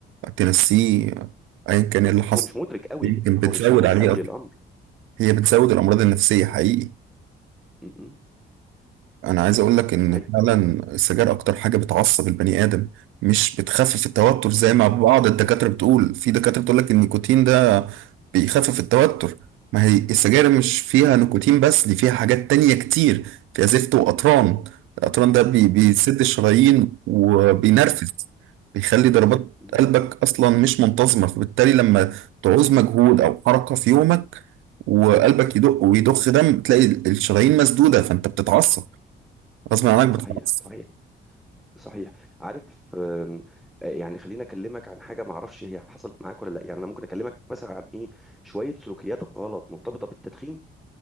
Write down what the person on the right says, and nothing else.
تنسيه ايا كان إيه اللي حصل
يمكن
بتزود
عليه
اصلا
هي بتزود الامراض النفسيه حقيقي
انا عايز اقول لك ان
فعلا السجاير اكتر حاجه بتعصب البني ادم مش بتخفف التوتر زي ما بعض الدكاتره بتقول في دكاتره بتقول لك ان النيكوتين ده بيخفف التوتر ما هي السجاير مش فيها
نيكوتين بس دي فيها حاجات تانية كتير فيها زفت وقطران القطران ده بي بيسد الشرايين وبينرفز
بيخلي ضربات
قلبك اصلا مش منتظمه فبالتالي لما تعوز مجهود او حركه في يومك وقلبك يدق ويضخ دم تلاقي الشرايين مسدوده فانت بتتعصب غصب عنك بتتعصب